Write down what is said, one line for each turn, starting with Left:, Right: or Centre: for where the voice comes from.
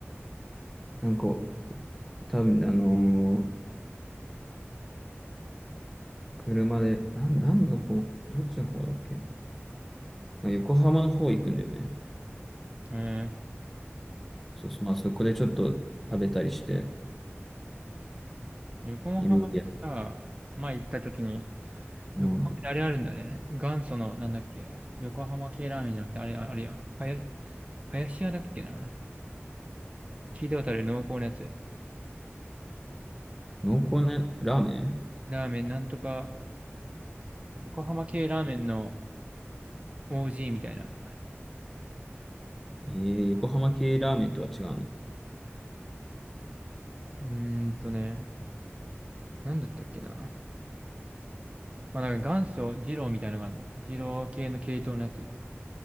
Centre: なんか、多分あのー車で、なん、何の方、どっちの方だっけあ横浜の方行くんだよね。
Right: え
Centre: そうそう、まあそこでちょっと食べたりして、
Right: ー、横浜にさ、
Centre: いろいろや、
Right: 前行った時に、
Centre: うん。
Right: 横浜であれあるんだよね。元祖の、なんだっけ、横浜系ラーメンじゃなくて、あれ、あれやん。はや、林屋だっけな。聞いたことある濃厚なやつ。
Centre: 濃厚なラーメン
Right: ラーメン、なんとか、横浜系ラーメンの OG みたいな。
Centre: えー、横浜系ラーメンとは違うの
Right: うーんとね、なんだったっけな。まあ、だから元祖二郎みたいなのがあるの。二郎系の系統のやつ。